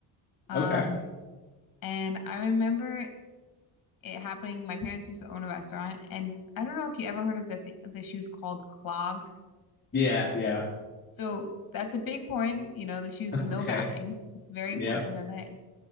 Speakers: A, on the left; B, on the left.
A: Um,
B: Okay.
A: and I remember it happening. My parents used to own a restaurant, and I don't know if you ever heard of the th the shoes called clogs.
B: Yeah. Yeah.
A: So that's a big point, you know, the shoes with no
B: Okay.
A: backing. It's very
B: Yep.
A: important to know that.